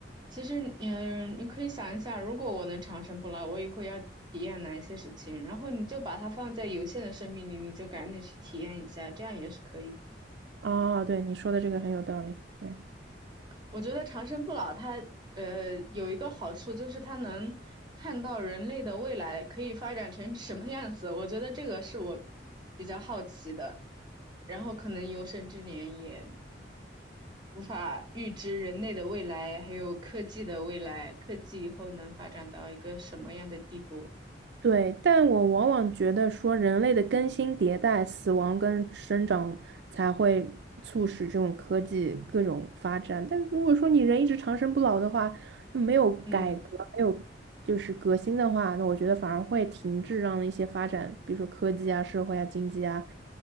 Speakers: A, on the right; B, on the right.
A: 其实，嗯，你可以想一下，如果我能长生不老，我以后要体验哪些事情，然后你就把它放在有限的生命里，你就赶紧去体验一下，这样也是可以的。
B: 啊，对，你说的这个很有道理。对。
A: 我觉得长生不老它，呃，有一个好处就是它能看到人类的未来可以发展成什么样子，我觉得这个是我比较好奇的，然后可能有生之年也。无法预知人类的未来，还有科技的未来，科技以后能发展到一个什么样的地步？
B: 对，但我往往觉得说，人类的更新迭代、死亡跟生长才会促使这种科技各种发展。但如果说你人一直长生不老的话，那没有改革，
A: 嗯，
B: 没有就是革新的话，那我觉得反而会停滞，让一些发展，比如说科技啊、社会啊、经济啊，